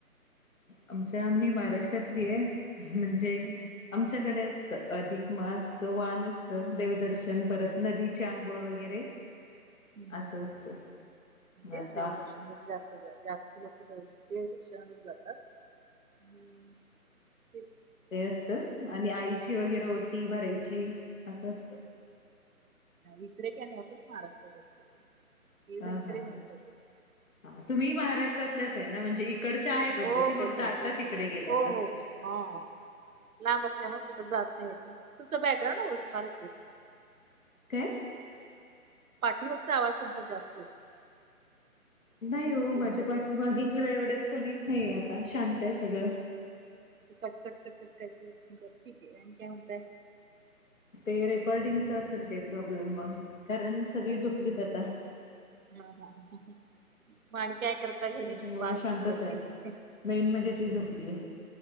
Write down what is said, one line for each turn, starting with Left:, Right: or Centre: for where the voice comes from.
Left: आमच्या आ मही महाराष्ट्रातली आहे. म्हणजे
Right: हम्म
Left: आमच्याकडे तर अधिक मासच वान असतं देवदर्शन परत नदीचे आंघोळ वगैरे
Right: हं
Left: असं असतं
Right: हं
Left: मग
Right: तेच
Left: आता
Right: देवदर्शनध्ये जास्त जास्त लोक दे ते <inaudible> जातात आणि ते
Left: ते असत आणि आईची वगैरे ओटी भरायची अस्वस्थ
Right: इकडे का नाही आपण महाराष्ट्रात असतो.
Left: हा
Right: इकडे
Left: हा
Right: नाही कधी
Left: हा तुम्ही महाराष्ट्रातल्याच आहे ना म्हणजे इकडच्या आहे पद्धती
Right: हो हो
Left: फक्त
Right: हो
Left: आता
Right: हो
Left: तिकडे गेल्या
Right: हो
Left: तसं
Right: हो हो हां लांब असल्यामुळे कुठं जात नाहीेत तुमचं बॅकग्राऊंड फार
Left: काय
Right: पाठी मागचा आवाज तुमचा जास्त येतोय
Left: नाही हो माझ्या
Right: तुमच्याकडून
Left: पाठीमागे किंवा एवढ्यात कोणीच नाहीये आता शांत आहे सगळं
Right: कट कट कटकटती बर ठिक ये आणि काय म्हणताय
Left: ते रेकॉर्डिंगच असेल काही प्रॉब्लेम मग कारण सगळी
Right: हा
Left: झोपलीत आता
Right: हा ह आणि काय करता घरी
Left: त्याच्यामुळे
Right: बाळ
Left: शांतता
Right: झोपलंय
Left: आहे.
Right: काय
Left: मेन म्हणजे ती झोपलीय